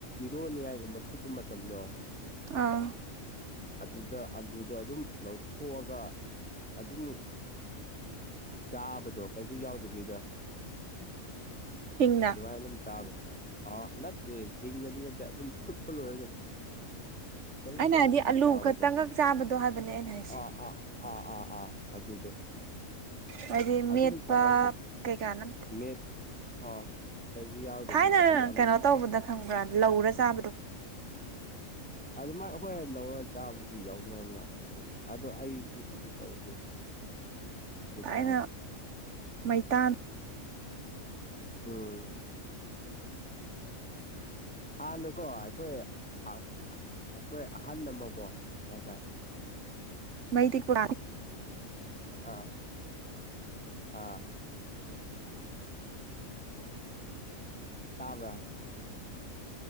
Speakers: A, in the centre; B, on the right.
A: ꯏꯔꯣꯅꯤꯌꯥꯏꯒꯨꯝꯕ ꯐꯨꯠꯄ ꯃꯇꯝꯗꯣ
B: ꯑꯥ
A: ꯑꯗꯨꯗ ꯑꯂꯨꯗ ꯑꯗꯨꯝ ꯂꯧꯊꯣꯛꯑꯒ ꯑꯗꯨꯝ ꯆꯥꯕꯗꯣ ꯀꯩꯁꯨ ꯌꯥꯎꯗꯕꯤꯗ
B: ꯍꯤꯡꯅ
A: ꯑꯗꯨꯃꯥꯏꯅ ꯑꯗꯨꯝ ꯆꯥꯕꯅꯤ ꯑ ꯅꯠꯇꯦ ꯍꯤꯡꯅꯗꯤ ꯅꯠꯇꯦ ꯑꯗꯨꯝ ꯐꯨꯠꯄ ꯂꯣꯏꯔꯒꯗꯤ ꯀꯩꯁꯨ
B: ꯑꯩꯅ
A: ꯌꯥꯎꯗꯕꯤ
B: ꯍꯥꯏꯗꯤ ꯑꯂꯨ
A: ꯇꯥꯕꯗꯣ
B: ꯈꯛꯇꯪꯒꯛ ꯆꯥꯕꯗꯣ ꯍꯥꯏꯕꯅꯦ ꯑꯩꯅ ꯍꯥꯏꯁꯦ
A: ꯑꯥ ꯑꯥ ꯑꯥ ꯑꯥ ꯑꯥ ꯑꯗꯨꯗꯣ
B: ꯍꯥꯏꯗꯤ
A: ꯑꯗꯨꯝ
B: ꯃꯦꯠꯄ
A: ꯆꯥꯏꯗ
B: ꯀꯩꯀꯥꯅ
A: ꯃꯦꯠ ꯑꯥ ꯀꯩꯁꯨ ꯌꯥꯎꯗꯕꯤꯗ
B: ꯊꯥꯏꯅ
A: ꯑꯗꯨ ꯑꯂꯨ
B: ꯀꯩꯅꯣ
A: ꯈꯛꯇ
B: ꯇꯧꯕꯗ ꯈꯪꯕ꯭ꯔꯥ ꯂꯧꯔ ꯆꯥꯕꯗꯣ
A: ꯑꯗꯨ ꯃꯥꯏ ꯍꯈꯣꯏ ꯂꯧꯔꯒ ꯆꯥꯕꯗꯨ ꯌꯥꯎꯅꯕ ꯃꯥ ꯑꯗꯣ ꯑꯩꯗꯤ ꯑꯗꯨ ꯇꯧꯔꯅꯤ
B: <unintelligible>
A: ꯑ
B: ꯊꯥꯏꯅ
A: ꯆꯥꯖ
B: ꯃꯩꯇꯥꯟ
A: ꯎꯝ ꯍꯥꯟꯅꯨꯀꯣ ꯑꯩꯈꯣꯏ ꯑ ꯑꯁ ꯑꯈꯣꯏ ꯑꯍꯟ ꯑꯃ ꯀꯣ ꯀ ꯇ
B: ꯃꯩꯇꯩ ꯀ
A: ꯑꯥ ꯑꯥ ꯇꯥꯕ꯭ꯔ